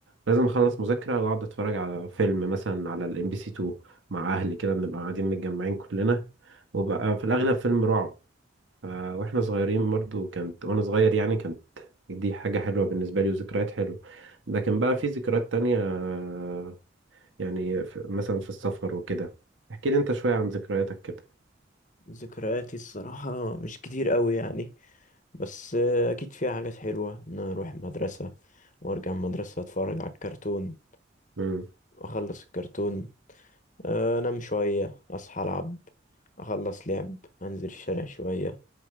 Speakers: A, on the right; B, on the left.
A: لازم اخلص مذاكرة واقعد اتفرج على فيلم مثلا على الام بي سي 2 مع اهلي كده بنبقى قاعدين متجمعين كلنا وبقى في الاغلب فيلم رعب ف- واحنا صغيرين برضو كانت وانا صغير يعني كانت دي حاجة حلوة بالنسبة لي وذكريات حلوة لكن بقى في ذكريات تانية آه، يعني في مثلا في السفر وكده احكي لي انت شوية عن ذكرياتك كده
B: ذكرياتي الصراحة مش كتير قوي يعني بس آه، أكيد فيها حاجات حلوة إن أنا أروح المدرسة وأرجع من المدرسة أتفرج على الكرتون
A: امم
B: أخلص الكرتون آه، أنام شوية أصحى ألعب أخلص لعب أنزل الشارع شوية